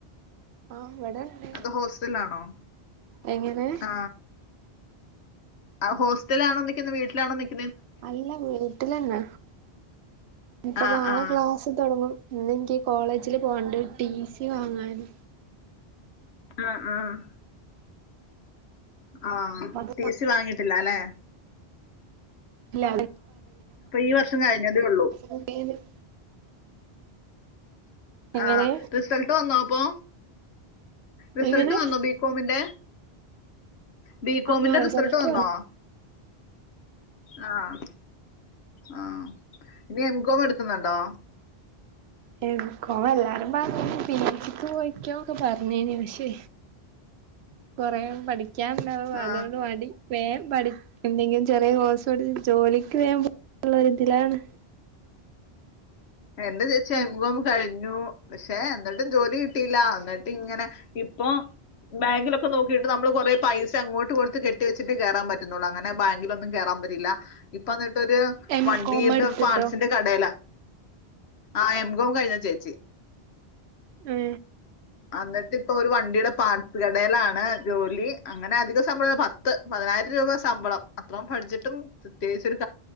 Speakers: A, on the right; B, on the left.
A: ആഹ് വടണ്ട്
B: അത് ഹോസ്റ്റലാണോ
A: എങ്ങനെ
B: ആ ആ ഹോസ്റ്റലാണോ നിക്കുന്നേ വീട്ടിലാണോ നിക്കു
A: അല്ല വീട്ടിലന്നെ ഇപ്പ
B: ആ
A: നാളെ
B: ആ
A: ക്ലാസ് തൊടങ്ങും ഇന്ന് ഇൻക്ക് കോളേജില് പോണ്ട് ടീ സി വാങ്ങാന്
B: ആ ആ ആഹ്
A: അപ്പൊ അത്
B: ടീ. സി വാങ്ങിട്ടില്ലല്ലെ
A: ഇല്ല
B: ഈ വർഷം കഴിഞ്ഞതേ ഉള്ളൂ
A: <unintelligible> എങ്ങനെ
B: ആഹ് റിസൾട്ട് വന്നോ പ്പോ റിസൾട്ട്
A: എങ്ങനെ
B: വന്നോ ബിക്കോമിന്റെ ബികോമിന്റെ
A: ആ
B: റിസൾട്ട് വന്നോ?
A: വന്ന്
B: ആഹ് ആ ഇനി എംകോം എട്ക്ക്ന്ന്ണ്ടോ
A: എം കോം എല്ലാരും പറ പി ജി ക്ക് പോയി ക്കൊന്നൊക്കെ പറഞ്ഞീനനി പക്ഷേ കൊറേ പഠി <unintelligible>
B: ആ.
A: മണ്ടി വേൻ പഠി എന്തെങ്കിലും ചെറിയ കോഴ്സ് പഠിച്ച് ജോലിക്ക് വേണ്ടിള്ള തിലാണ്
B: എന്റെ ചേച്ചി എം കോം കഴിഞ്ഞു പക്ഷെ എന്നിട്ടും ജോലി കിട്ടിയില്ല എന്നിട്ട് ഇങ്ങനെ ഇപ്പൊ ബാങ്കിലൊക്കെ നോകീട്ട് നമ്മള് കൊറ പൈസ അങ്ങോട്ട് കൊടുത്ത് കെട്ടി വച്ചിട്ട് കേറൻ പറ്റുന്നുള്ളൂ അങ്ങനെ ബാങ്കിലൊന്നും കേറാൻ പറ്റില്ല ഇപ്പന്ന്ട്ട് പ്പര്
A: എം
B: വണ്ടീടെ
A: കോം എടുത്തിട്ടോ
B: പാർട്സിന്റെ കടേല ആഹ് എംകോം കഴിഞ്ഞ ചേച്ചി
A: മ്
B: അന്നിട്ട്പ്പൊ ഒരു വണ്ടീടെ പാർ്സ് കടയിലാണ് ജോലി അങ്ങനെ അധിക പത്ത് പതിനായിരം രൂപ ശമ്പളം അത്ര പഠിച്ചിട്ടും പ്രത്യേകിച്ചൊരു